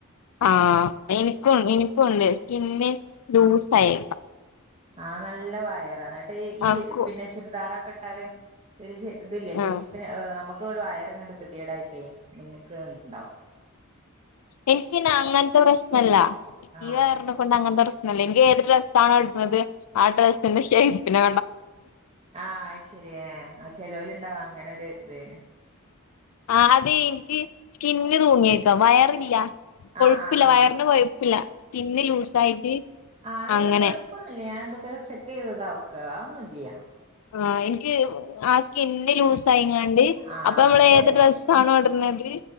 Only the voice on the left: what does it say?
ആഹ് ഇനിക്കും ഇനിക്കുണ്ട് സ്കിന്ന് ലൂസായി
ആഹ് കൊ
ആഹ്
എനിക്ക്ന്നെ അങ്ങനത്തെ പ്രശ്നല്ല
ഈ വയറിനെ കൊണ്ട് അങ്ങനത്തെ പ്രശ് നല്ല എൻക്ക് ഏത് ഡ്രസ്സാണോ ഇടണത് ആ ഡ്രസ്സിന്റെ ഷേപ്പിന്
ആ അത് എനിക്ക് സ്കിന്ന് തൂങ്ങിയേക്ക വയറില്ല കൊഴുപ്പില്ല
വയറിന് കൊഴുപ്പില്ല സ്കിന്ന് ലൂസായിട്ട്
അങ്ങനെ
ആ എനിക്ക് ആ സ്കിന്ന് ലൂസായിങ്ങാണ്ട്
അപ്പൊ നമ്മള്
ഏത് ഡ്രസ്സാണോ ഇടണ ത്